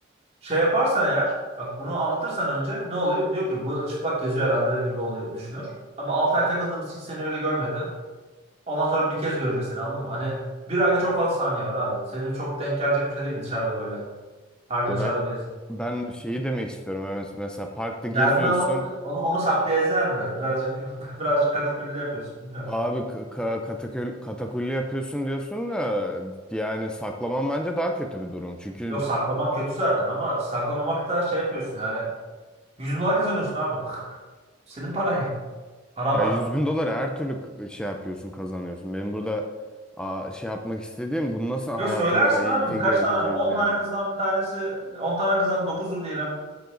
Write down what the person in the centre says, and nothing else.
Ya
ben
ben şeyi demek istiyorum. Evet, mesela parkta geziyorsun.
Abi k- ka- katakül- katakulli yapıyorsun diyorsun da yani saklamam bence daha kötü bir durum. Çünkü
Ya
100 bin dolara her türlü k- şey yapıyorsun kazanıyorsun. Benim burada aa, şey yapmak istediğim bunu nasıl hayatımıza
entegre
edeceğiz
yani.